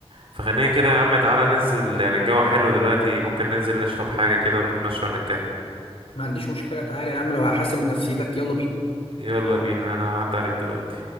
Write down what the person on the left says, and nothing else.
ما عنديش مشكلة تعالى يا عم لو هحاسب من نفسيتك يلا بينا